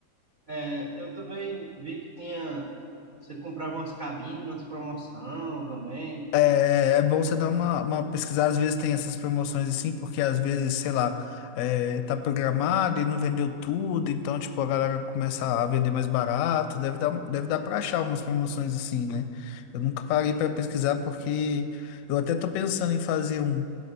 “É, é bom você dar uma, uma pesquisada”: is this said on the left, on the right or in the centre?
Left